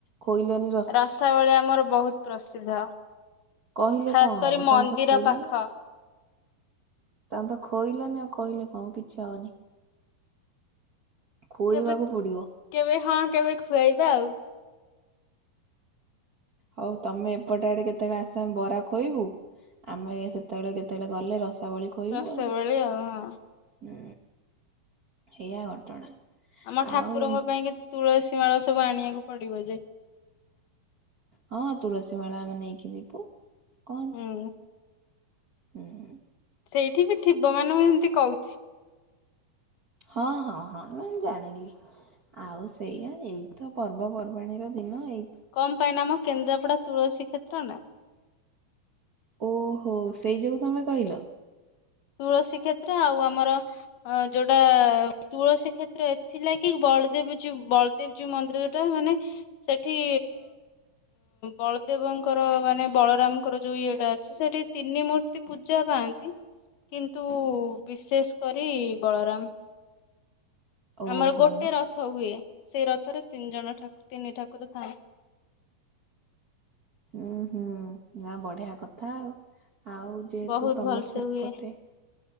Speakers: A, on the right; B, on the left.
A: ଖୋଇଲନି।
B: ରସାବଳି ଆମର ବହୁତ ପ୍ରସିଦ୍ଧ।
A: କହିଲେ
B: ଖାସ୍
A: କଣ
B: କରି
A: ହବ?
B: ମନ୍ଦିର
A: ତମେ ତ ଖୋଇଲନି।
B: ପାଖ
A: ତାଙ୍କୁ ତ ଖୋଇଲେନି ଆଉ କହିଲେ କଣ କିଛି ଆଉନି? ଖୁଇବାକୁ
B: କେବେ
A: ପଡିବ।
B: କେବେ ହଁ କେବେ ଖୁଆଇବା ଆଉ।
A: ହଉ ତମେ ଏପଟେ ଆଡେ କେତେବେଳେ ଆସ ଆମେ ବରା ଖୋଇବୁ। ଆମେ ସେତେବେଳେ କେତେବେଳେ ଗଲେ ରସାବଳି ଧୋଇବୁ
B: ରସାବଳି
A: ଆଉ
B: ଆଉ ହଁ
A: ହୁଁ ଏଇଆ ଘଟଣା।
B: ଆମ ଠାକୁରଙ୍କ
A: ଆଉ ଏମ
B: ପାଇଁ କି ତୁଳସୀ ମାଳ ସବୁ ଆଣିବାକୁ ପଡିବ ଯେ।
A: ହଁ ତୁଳସୀ ମାଳା ଆମେ ନେଇକି ଯିବୁ କଣ, ଅଛି।
B: ହୁଁ
A: ହୁଁଁ।
B: ସେଇଠି ବି ଥିବ ମାନେ ମୁଁ ହେମତି କହୁଚି।
A: ହଁ ହଁ ହଁ ନାଇଁ ମୁଁ ଜାଣିଲି। ଆଉ ସେଇଆ ଏଇତ ପର୍ବପର୍ବାଣୀର ଦିନ। ଏଇ
B: କମ ପାଇଁ ନା ଆମ କେନ୍ଦ୍ରାପଡା ତୁଳସୀ କ୍ଷେତ୍ର ନା।
A: ଓହୋ, ସେଇ ଯୋଗୁ ତମେ କହିଲ।
B: ତୁଳସୀ କ୍ଷେ ତ୍ର, ଆଉ ଆମର ଯୋଉଟା ତୁଳସୀ କ୍ଷେତ୍ର ଏଥିଲାଗି ବଳଦେବ ଜୀଉ ବଳ ଦେବଜୀଉ ମନ୍ଦିର ଯୋଉଟା ଟା ମାନେ ସେଠି ବଳଦେବଙ୍କର ମାନେ ବଳରାମ ଙ୍କର ଯୋଉ ଇଏଟା ଅଛି, ସେଠି ତିନି ମୂର୍ତ୍ତି ପୂଜା ପାଆନ୍ତି। କିନ୍ତୁ ବିଶେଷ କରି ବଳରାମ
A: ଓହୋ।
B: ଆମର ଗୋଟେ ରଥ ହୁଏ। ସେଇ ରଥରେ ତିନି ଜଣ ଠାକୁର ତିନି ଠାକୁର ଥାଆନ୍ତି।
A: ଉଁ ହୁଁ। ଆ ବଢିଆ କଥା ଆଉ। ଆଉ ଯେହେତୁ
B: ବହୁତ
A: ତମର
B: ଭଲସେ
A: ସେପଟେ
B: ହୁଏ